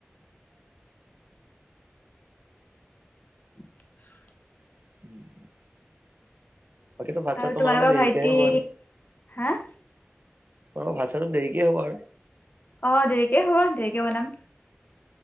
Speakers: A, on the left (about 45°); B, on the right (about 50°).
A: <inaudible>
B: <inaudible> বাকীতো ভাত চাত
A: আৰু তোমালোকৰ
B: দেৰিকেহে
A: ভাইটি,
B: হ'ব আৰু
A: হা?
B: অ', ভাত চাততো দেৰিকে হ'ব আৰু?
A: অ', দেৰিকে হ'ব, দেৰিকে বনাম।